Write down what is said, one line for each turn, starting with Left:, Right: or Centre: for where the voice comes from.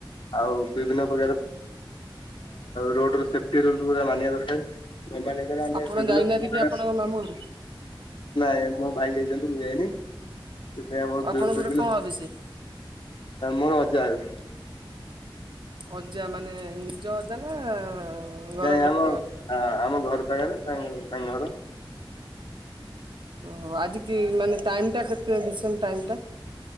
Left: ଆଉ ବିଭିନ୍ନ ପ୍ରକାର ରୋଡ ର ସେ ରଲା ମାନିବା ଦରକାର। ଫୁଲବାଣୀ ଗଲେ ଆମେ
Right: ଆପଣ
Left: ବିଭିନ୍ନ
Right: ଯାଇନାହାନ୍ତି
Left: ହେଲା
Right: କି ଆପଣଙ୍କ ମାମୁଁ ଘରୁ
Left: ଆଉ ମୋ ଭାଇ ଯାଇଛନ୍ତି ମୁଁ ଯାଇନି। ସେଥିପାଇଁ ଆମର ବି
Right: ଆପଣଙ୍କର
Left: ବିଭିନ୍ନ
Right: କଣ ହେବେ ସିଏ?
Left: ମୋର ଅଜା ହେବେ।
Right: ଅଜା ମାନେ ନିଜ ଅ ଅଜା ନା ଘର
Left: ନାଇଁ
Right: ପାଖ
Left: ଆମ ଆମ ଘର ପାଖରେ ତା <unintelligible> ତାଙ୍କ ଘର ।
Right: ଓହୋ ଆଜିିକ କି ମାନେ ଟାଇମ ଟା କେତେ? <inaudible> ଟାଇମ୍ ଟା?